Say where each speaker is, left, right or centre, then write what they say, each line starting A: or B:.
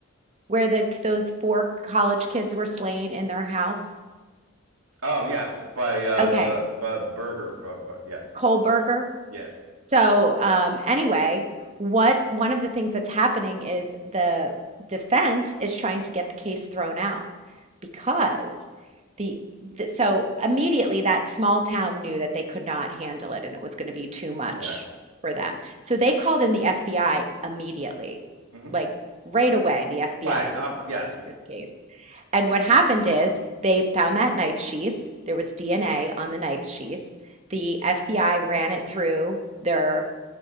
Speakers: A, on the right; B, on the right.
A: Where the those four college kids were slain in their house.
B: oh yes, by uh,
A: Okay,
B: the uh, Burger, but, but yes,
A: Kohlberger.
B: yeah,
A: So um, anyway, what one of the things that's happening is the defense is trying to get the case thrown out because the, the so immediately that small town knew that they could not handle it and it was going to be too much
B: correct.
A: for them. So they called in the FBI immediately.
B: hmm
A: Like right away, the FBI
B: Right.
A: was
B: Um,
A: called
B: yes.
A: into this case. And what happened is they found that knife sheath. There was DNA on the knife sheath. The FBI ran it through their,